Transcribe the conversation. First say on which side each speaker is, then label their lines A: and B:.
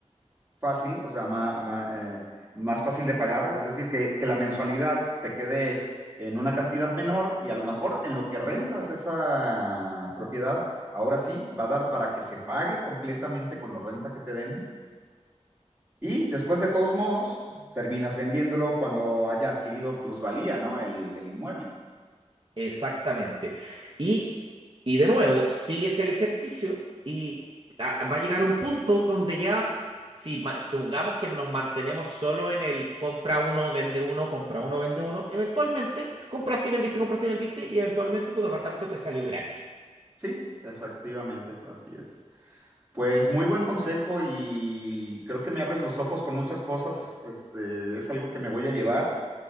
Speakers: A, on the right; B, on the right.
A: fácil, o sea, ma- ma- eh, más fácil de pagar, es decir, que, que la mensualidad te quede en una cantidad menor y a lo mejor en lo que rentas esa propiedad, ahora sí va a dar para que se pague completamente con la renta que te den y después de todos modos terminas vendiéndolo cuando haya adquirido plusvalía, ¿no? El, el inmueble.
B: Exactamente. Y, y de nuevo, sigues el ejercicio y ah, va a llegar un punto donde ya, si ma- supongamos que nos mantenemos solo en el compra uno, vende uno, compra uno, vende uno, eventualmente compraste y vendiste, compraste y vendiste y eventualmente tu departamento te salió gratis.
A: Sí, efectivamente, así es. Pues muy buen consejo y creo que me abres los ojos con muchas cosas. Este, es algo que me voy a llevar.